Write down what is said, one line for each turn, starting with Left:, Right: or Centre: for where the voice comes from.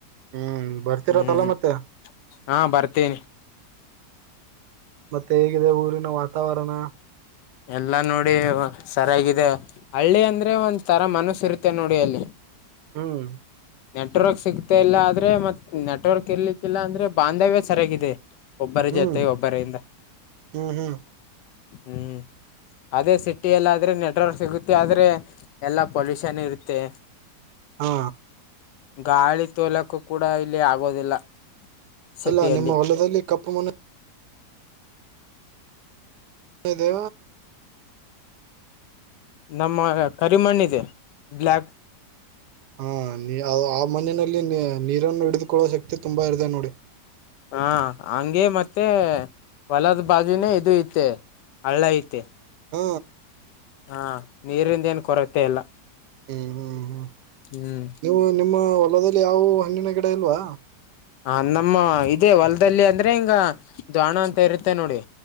Right: ಹ್ಮ ಬರ್ತಿರತ್ತಲ್ಲ
Left: ಹ್ಮ್
Right: ಮತ್ತೆ
Left: ಹಾ ಬರ್ತೀನಿ
Right: ಮತ್ತೆ ಹೇಗಿದೆ ಊರಿನ ವಾತಾವರಣ
Left: ಎಲ್ಲಾ ನೋಡಿ ಸರಿಯಾಗಿದೆ ಹಳ್ಳಿ ಅಂದ್ರೆ ಒಂದ್ ತರ ಮನಸ್ ಇರುತ್ತೆ ನೋಡಿ ಅಲ್ಲಿ
Right: ಹ್ಮ್
Left: ನೆಟ್ವರ್ಕ್ ಸಿಗ್ತಾ ಇಲ್ಲ ಆದ್ರೆ ಮತ್ ನೆಟ್ವರ್ಕ್ ಇರ್ಲಿಕ್ಕಿಲ್ಲ ಅಂದ್ರೆ ಬಾಂಧವ್ಯ ಸರಿಯಾಗಿದೆ ಒಬ್ಬರಿ
Right: ಹ್ಮ್
Left: ಜತೆ ಒಬ್ಬರಿಂದ
Right: ಹ್ಮ್ ಹ್ಮ್
Left: ಹ್ಮ ಅದೇ ಸಿಟಿಯಲ್ಲಾದ್ರೆ ನೆಟ್ವರ್ಕ್ ಸಿಗುತ್ತೆ ಆದ್ರೆ ಎಲ್ಲಾ ಪೊಲ್ಯೂಷನ್ ಇರುತ್ತೆ
Right: ಹಾ
Left: ಗಾಳಿ ತೋಲಕ್ಕೂ ಕೂಡ ಇಲ್ಲಿ ಆಗೋದಿಲ್ಲ ಸಿಟಿಯಲ್ಲಿ
Right: ಅಲ್ಲಾ ನಿಮ್ಮ ಹೊಲದಲ್ಲಿ ಕಪ್ಪು ಮನೆ ಅದೂ
Left: ನಮ್ಮ ಕರಿಮಣ್ಣಿದು ಬ್ಲಾಕ್
Right: ಹಾ ನೀ ಆ ಆ ಮನೆನಲ್ಲಿ ಮೇ ನೀರನ್ ಹಿಡಿದುಕೊಳ್ಳುವ ಶಕ್ತಿ ತುಂಬಾ ಇರ್ದೆ ನೋಡು
Left: ಹಾ ಹಂಗೆ ಮತ್ತೆ ಹೊಲದ್ ಬಾಜಿನೇ ಇದು ಇತ್ತು ಹಳ್ಳ ಐತೆ
Right: ಹೂ
Left: ಹಾ ನೀರಿಂದ ಏನ್ ಕೊರತೆ ಇಲ್ಲ
Right: ಹ್ಮ್ ಹ್ಮ್ ಹ್ಮ್
Left: ಹ್ಮ್
Right: ನೀವು ನಿಮ್ಮ <unintelligible> ಹೊಲದಲ್ಲಿ ಯಾವುವು ಹಣ್ಣಿನ ಗಿಡ ಇಲ್ವಾ
Left: ಹಾ ನಮ್ಮ ಇದೇ ಹೊಲ್ದಲ್ಲಿ ಅಂದ್ರೆ ಹಿಂಗ <unintelligible> ಅಂತ ಇರುತ್ತೆ ನೋಡಿ